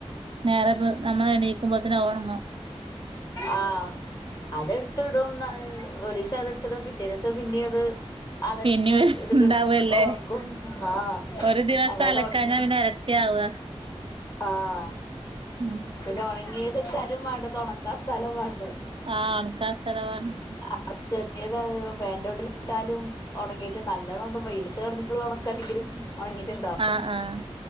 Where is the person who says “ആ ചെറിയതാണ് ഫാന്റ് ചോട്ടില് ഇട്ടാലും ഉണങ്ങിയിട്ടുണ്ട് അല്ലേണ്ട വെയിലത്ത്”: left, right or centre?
Left